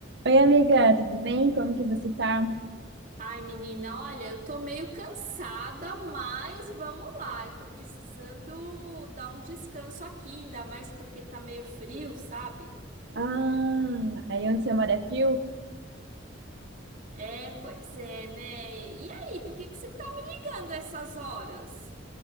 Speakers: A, on the right (about 65°); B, on the right (about 45°).
A: Oi, amiga, tudo bem? Como que você tá?
B: Ai, menina, olha, eu tô meio cansada, mas vamos lá. Eu tô precisando dar um descanso aqui, ainda mais porque tá meio frio, sabe?
A: Ah, aí onde você mora é frio?
B: É, pois é, né? E aí, por que que você tá me ligando a essas horas?